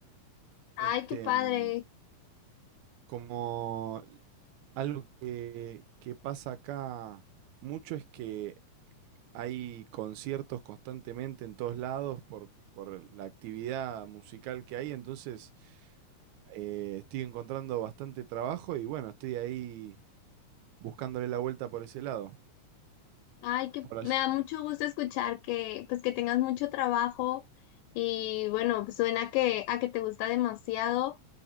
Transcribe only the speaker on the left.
Ay,
qué padre.
Ay, que
me da mucho gusto escuchar que pues que tengas mucho trabajo y bueno, pues, suena que a que te gusta demasiado,